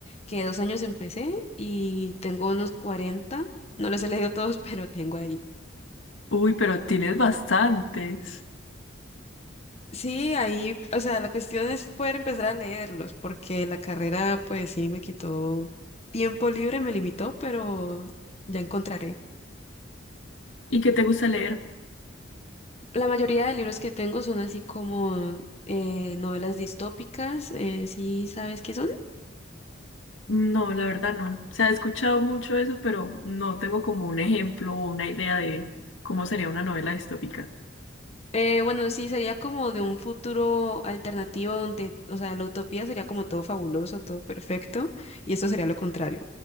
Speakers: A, on the left; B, on the left.
A: que dos años empecé y tengo unos 40. No les he leído todos, <laughs> pero tengo ahí.
B: Uy, pero tienes bastantes.
A: Sí, ahí, o sea, la cuestión es poder empezar a leerlos, porque la carrera, pues sí, me quitó tiempo libre, me limitó, pero ya encontraré.
B: ¿Y qué te gusta leer?
A: La mayoría de libros que tengo son así como eh, novelas distópicas, eh, ¿sí sabes qué son?
B: No, la verdad no. O sea, he escuchado mucho eso, pero no tengo como un ejemplo o una idea de cómo sería una novela distópica.
A: Eh, bueno, sí, sería como de un futuro alternativo donde, o sea, la utopía sería como todo fabuloso, todo perfecto, y esto sería lo contrario.